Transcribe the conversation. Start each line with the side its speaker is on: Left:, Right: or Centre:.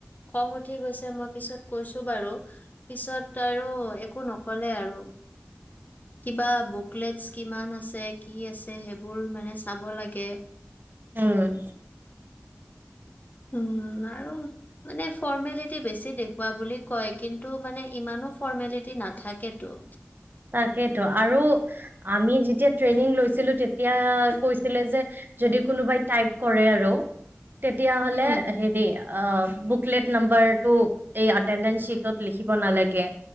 Left: খং উঠি গৈছে মই পিছত কৈছো বাৰু পিছত আৰু একো নক'লে আৰু কিবা বুকলেটছ কিমান আছে, কি আছে, সেইবোৰ মানে চাব লাগে
Right: উম।
Left: <inaudible> উম আৰু মানে ফৰ্মেলিটি বেছি দেখোৱা বুলি কয়। কিন্তু মানে ইমান ফৰ্মলিতী নাথাকেতটো
Right: তাকেইেতো আৰু আমি যেতিয়া ট্ৰেইনিং লৈছিলো তেতিয়া কৈছিলে যে কোনোবাই টাইপ কৰে আৰু তেতিয়াহলে
Left: হুম
Right: হেৰি বুকলেট নাম্বাৰটো এই আটেনডেঞ্চ শ্বিটত লিখিব নালাগে।